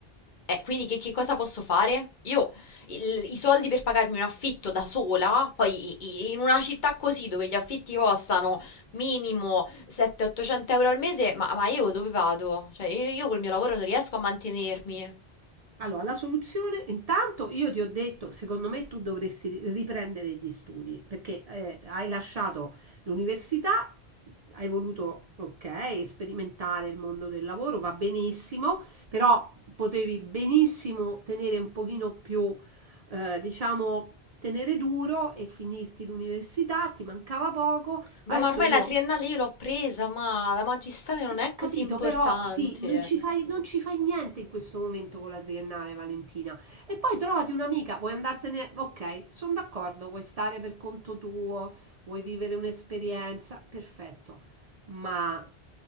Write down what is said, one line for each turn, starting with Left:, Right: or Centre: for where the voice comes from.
Left: Eh, quindi che, che cosa posso fare? Io il- i soldi per pagarmi un affitto da sola, poi i- i- in una città così dove gli affitti costano minimo 700-800 euro al mese, ma, ma io dove vado? Cioè, io, io col mio lavoro non riesco a mantenermi.
Right: Allora, la soluzione, intanto io ti ho detto, secondo me tu dovresti ri- riprendere gli studi, perché eh, hai lasciato l'università, hai voluto, ok, sperimentare il mondo del lavoro, va benissimo, però potevi benissimo tenere un pochino più, eh, diciamo, tenere duro e finirti l'università, ti mancava poco.
Left: Beh,
Right: Adesso
Left: ma ormai
Right: io
Left: la triennale io l'ho presa, ma la magistrale
Right: sì,
Left: non è
Right: ho
Left: così
Right: capito,
Left: importante.
Right: però sì, non ci fai non ci fai niente in questo momento con la triennale, Valentina. E poi trovati un'amica, vuoi andartene? Ok, sono d'accordo, vuoi stare per conto tuo, vuoi vivere un'esperienza, perfetto. Ma